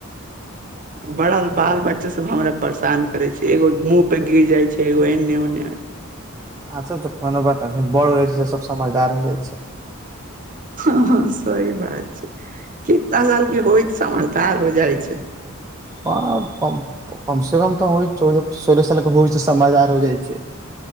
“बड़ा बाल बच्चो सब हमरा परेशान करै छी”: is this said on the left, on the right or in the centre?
Right